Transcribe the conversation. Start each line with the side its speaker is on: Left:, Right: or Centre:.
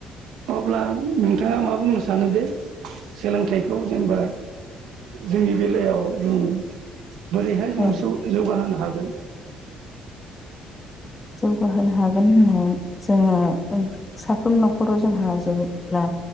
Right: अब्ला नोंथाङा मा बुंनो सानो दे? सोलोंथाइखौ जेनबा जोंनि बेलायाव उम बोरैहाय जोङो
Left: औ
Right: जौगाहोनो हागोन।
Left: जौगाहानो हागोन होना जोङो साफ्रोम न'खराव जोंहा जेब्ला